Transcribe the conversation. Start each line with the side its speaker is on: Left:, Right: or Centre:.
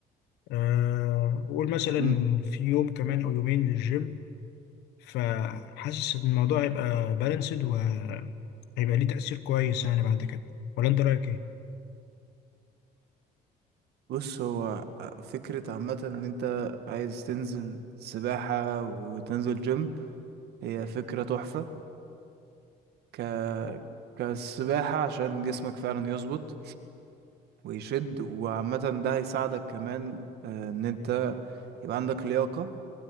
Left: آه وقول مثلا
Right: مم.
Left: في يوم كمان او يومين للجيم فحاسس ان الموضوع هيبقى بالانسد وهيبقى ليه تأثير كويس يعني بعد كده ولا انت رأيك ايه؟
Right: بص هو آه، فكرة عامة ان انت عايز تنزل سباحة وتنزل جيم هي فكرة تحفة ك كالسباحة عشان جسمك فعلا يظبط ويشد وعامة ده هيساعدك كمان آه، ان انت يبقى عندك لياقة